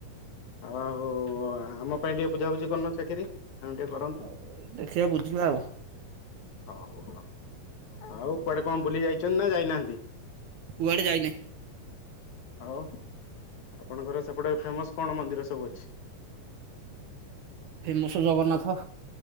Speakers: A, on the left; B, on the right.
A: ଆଉ ଆଉ ଆମ ପାଇଁ ଟିକେ ବୁଝାବୁଝି କରୁନ ଚାକିରି। ଆମେ ଟିକେ କରନ୍ତୁ
B: ଉ ଦେଖିବା ବୁଝିବା ଆଉ।
A: ହଉ ହଉ ଆଉ କୁଆଡେ କଣ ବୁଲି ଯାଇଛନ୍ତି ନା ଯାଇନାହାନ୍ତି।
B: କୁଆଡେ ଯାଇନି।
A: ଆଉ ଆପଣଙ୍କର ସେପଟେ ଫେମସ୍ କଣ ମନ୍ଦିର ସବୁ ଅଛି?
B: ଫେମସ ଜଗନ୍ନାଥ